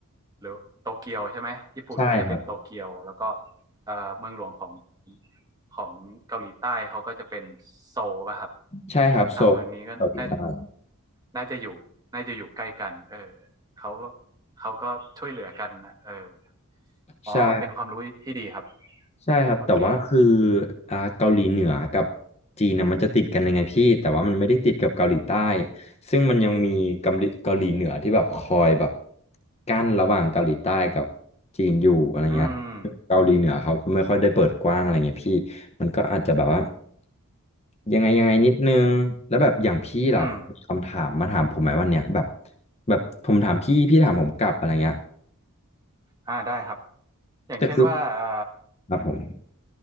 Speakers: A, on the right; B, on the left.
A: หรือโตเกียวใช่ไหมญี่ปุ่นก็จะเป็นโตเกียวแล้วก็
B: ๆใช่ครับ
A: เอ่อเมืองหลวงของของเกาหลีใต้เขาก็จะเป็นโซลป่ะครับ
B: ใช่ครับโซลเกาหลีใต้
A: สามเมืองนี้ก็น่าน่าจะอยู่น่าจะอยู่ใกล้กันเออ เขาเขาก็ช่วยเหลือกันนะเอออ๋อ
B: ใช่
A: เป็นความรู้ที่ดีครับ
B: ใช่ครับแต่ว่าคือ
A: โอเค
B: อ่าเกาหลีเหนือกับจีนนะมันจะติดกันยังไงพี่แต่ว่ามันไม่ได้ติดกับเกาหลีใต้ซึ่งมันยังมีเกาหลีเกาหลีเหนือที่แบบคอยแบบกั้นระหว่างเกาหลีใต้กับจีนอยู่อะไรเงี้ย
A: อืม
B: เกาหลีเหนือเขาก็ไม่ค่อยได้เปิดกว้างอะไรเงี้ยพี่มันก็อาจจะแบบว่ายังไงยังไงนิดนึงแล้วแบบอย่างพี่ล่ะมีคำถามมาถามผมไหมวันเนี้ยแบบ
A: อืม
B: แบบผมถามพี่พี่ถามผมกลับอะไรเงี้ย
A: อ่าได้ครับ อย่างเช่นว่าเอ่อ
B: แต่คือครับผม